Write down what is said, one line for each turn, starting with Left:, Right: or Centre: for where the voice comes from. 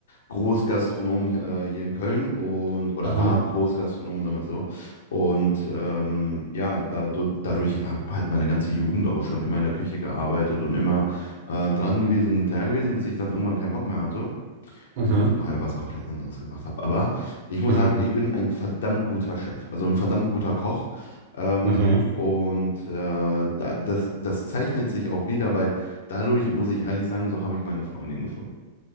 Left: Großgastronom äh, hier in Köln und oder
Right: Mhm.
Left: war Großgastronom, sagen wir es so. Und ähm, ja, dadurch, dadurch habe halt meine ganze Jugend auch schon immer in der Küche gearbeitet und immer äh, dran gewesen und hinterher gewesen, bis ich dann irgendwann keinen Bock mehr hatte
Right: Mhm.
Left: und dann nachher was komplett anderes gemacht habe. Aber ich muss
Right: Mhm.
Left: sagen, ich bin ein verdammt guter Chef, also ein verdammt guter Koch. Ähm,
Right: Mhm.
Left: und äh, da, das, das zeichnet sich auch wieder, weil dadurch, muss ich ehrlich sagen, so habe ich meine Freundin gefunden.